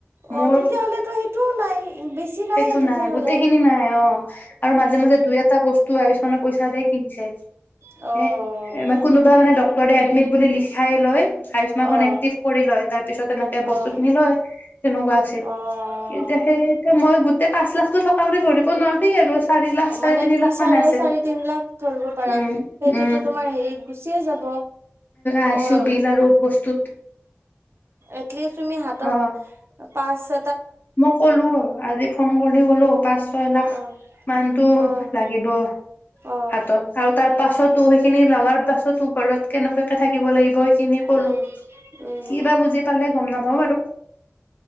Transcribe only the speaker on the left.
মোৰ
সেইটো
নাই গোটেই খিনি নাই অ' আৰু
মাজে - মাজে দুই, এটা বস্তু আয়ু্ষ্মানৰ পইচাৰে কিনিছে,
এ কোনোবা মানে ডক্টৰে আহ এডমিট বুলি লিখ লিখি লয়, আয়ুষ্মানখনে
সিহঁতে এক্টিভ কৰি লয়। তাৰ পিছত এনেকে বস্তু
খিনি লয়, তেনেকুৱা আছিল,
তেতিয়া সেই মই গোটেই পাঁচ লাখটো টকা বুলি ধৰিব নৰবি আৰু। চাৰি লাখ চাৰে
তিনি
লাখ
মান আছে
উম
উম
আইচো
বিল আৰু বস্তুত
অ
মই ক'লো, আজি ফোন কৰি হেল্ল', -হেল্ল', পাঁচ দহ লাখ
মানতটো
লাগিব
হাতত আৰু তাৰ পাছত তো সেইখিনি লগাৰ পাছতো ঘৰত কেনেকা তই থাকিব লাগিব সেইখিনি ক'লো
কি বা বুজি পালে গম নাপাওঁ বাৰু